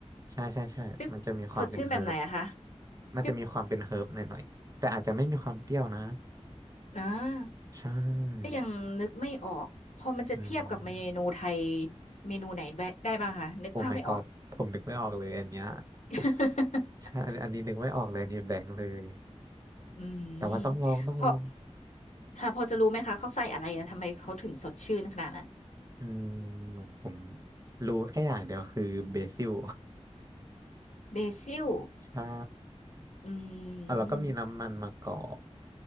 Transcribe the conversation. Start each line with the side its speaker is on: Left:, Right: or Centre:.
Right: ใช่ใช่ใช่มันจะมีความเป็นเฮิร์บ
Left: ปิ๊บสดชื่นแบบไหนอะคะ
Right: มันจะมีความเป็นเฮิร์บหน่อยๆ
Left: ปิ๊บ
Right: แต่อาจจะไม่มีความเปรี้ยวนะ
Left: อ่า
Right: ใช่
Left: ก็ยังนึกไม่ออกพอมันจะเทียบกับเมนูไทย
Right: อืม
Left: เมนูไหนได้บ้างคะนึกภาพไม่ออก
Right: โอ้ my god ผมนึกไม่ออกเลยอันเนี้ย
Left: <laughs>
Right: ใช่อันอันนี้นึกไม่ออกเลยอันนี้แบงค์เลย
Left: อืม
Right: แต่ว่าต้องลองต้องลอง
Left: เพราะ ค่ะพอจะรู้ไหมคะเขาใส่อะไรอะทำไมเขาถึงสดชื่นขนาดนั้น
Right: อืมเหมือนผมรู้แค่อย่างเดียวคือเบซิล
Left: เบซิล
Right: <laughs> ใช่
Left: อืม
Right: เอ่ะแล้วก็มีน้ำมันมะกอก